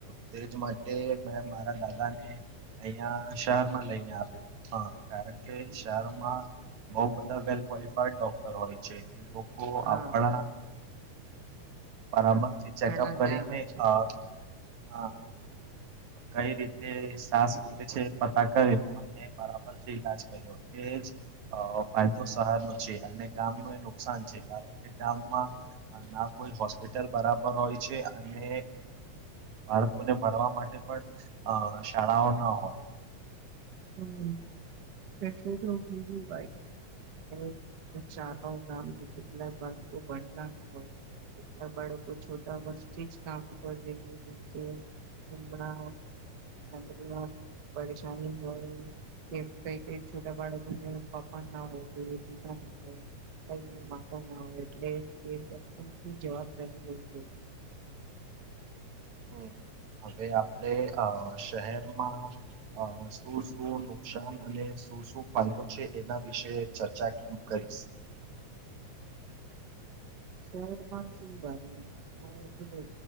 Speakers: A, on the right (about 70°); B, on the right (about 45°).
A: તેજ માટે મેં મારા દાદા ને અહં શહેરમાં લઈને આવ્યો હ કારણ કે
B: હમ
A: શહેરોમાં બઉ બધા વેલ ક્વોલિફાઈડ ડોક્ટર હોય છે એ લોકો
B: હા
A: આપણા પરામર્શથી ચેકઅપ
B: ઘણા
A: કરીને
B: જ્ઞાન હોય છે
A: હા કઈ રીતે સાસ ખૂલે છે પતા કર્યો અને બરાબર થી ઇલાજ કર્યો એજ ફાયદો સહાર નો છે અને ગામનું એ નુકસાન છે કારણ કે ગામમાં ના કોઈ હોસ્પિટલ બરાબર હોય છે અને બાળકોને ભણવા માટે પણ અમુકશાળાઓ ના હોય
B: હમ એટલે તો કીધું ભાઈ શાળાઓ નાને કેટલાક બાળકો ભણતા ના હોય કેટલા બાળકો છોટા વર્ષથી જ કામ કર દેને જેમ કે એ ફમમાં પરેશાની હોય કે કઈ કઈ છોટા બાળકોને પપા ના હોય પિતા ના હોય કઈ મા ન આવે એટલે બચપન થી જવાબદારી લવી જોઈ
A: હમ હવે આપણે અ શહેરમાં અ શું શું નુકસાન અને શું શું ફાયદો છે એના વિશે ચર્ચા કરી <inaudible>
B: શહેરમાં શું ભાઈ